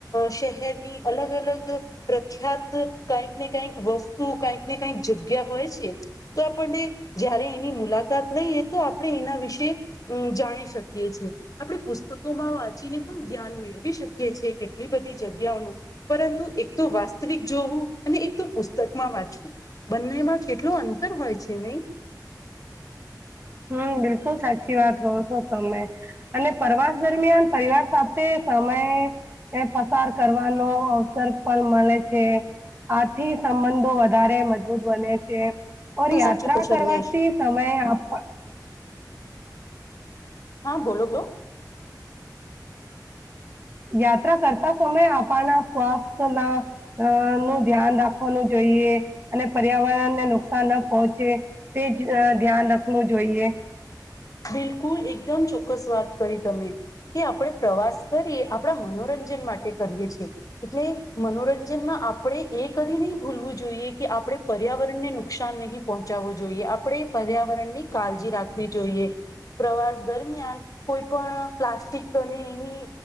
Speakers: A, on the left (about 50°); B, on the right (about 30°).
A: શ. ેરની અલગ અલગ. પ્રખ્યાત કઈક ને કઈક વસ્તુ કઈક ને કઈક જગ્યા હોય છે. તો આપણને જય્યારે એની મુલાકાત લઈએ તો આપણે એના વિશે. હમ જાણી શકીએ છીએ. આપણે પુસ્તકોમાં વાંચીને પણ જ્ઞાન મેળવી શકીએ છીએ કેટલી બધી. જગ્યાનું પરંતુ એક તો વાસ્તવિક જોવું અને એક તો પુસ્તકમાં વાંચવું. બંનેમાં કેટલું અંતર હોય છે નહી
B: હમ બિલકુલ સાચી વાત કરો છો તમે અને પરવાસ દરમિયાન પરિવાર સાથે સમય એ પસાર કરવાનો અવસર પણ મળે છે આથી સંબંધો વધારે મજબૂત બને છે ઓર યાત્રા
A: સાચું કહો છો
B: કરવાથી
A: તમે
B: સમય આપવા
A: હા બોલો બોલો
B: યાત્રા કરતા સમયે આપણા સ્વાસ્થના અ નું ધ્યાન રાખવાનું જોઈએ અને પર્યાવરણને નુકસાન ન પહોંચે તે જ ધ્યાન રાખવું જોઈએ
A: બિલકુલ એકદમ ચોક્કસ વાત કરી તમે કે આપણે પ્રવાસ કરીએ આપણા મનોરંજન માટે કરીએ છીએ એટલે મનોરંજનમાં આપણે એ કદી નહી ભૂલવું જોઈએ કે આપણે પર્યાવરણને નુ નુકસાન નહીં પહોંચાવું જોઈએ આપણેે પર્યાવરણ ની કાળજી રાખવી જોઈએ પ્રવાસ દરમિયાન કોઈ પણ પ્લાસ્ટિક એની